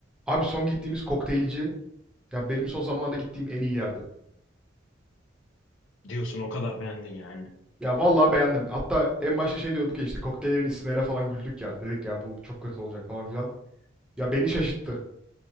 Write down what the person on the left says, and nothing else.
Diyorsun o kadar beğendin yani.